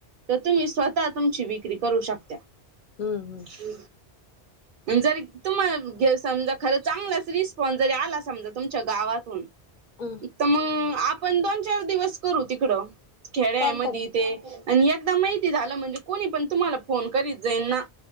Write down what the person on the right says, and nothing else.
तर तुम्ही स्वतः तुमची विक्री करू शकत्या.
हू जरी तुम्हाला समजा खरं चांगलाच रिस्पॉन्स जरी आला समजा तुमच्या गावातून
तर मग आपण दोन चार दिवस करू तिकडं खेड्या
मधी
ते आणि एकदा माहिती झालं म्हणजे कोणी पण तुम्हाला फोन करीत जाईल ना.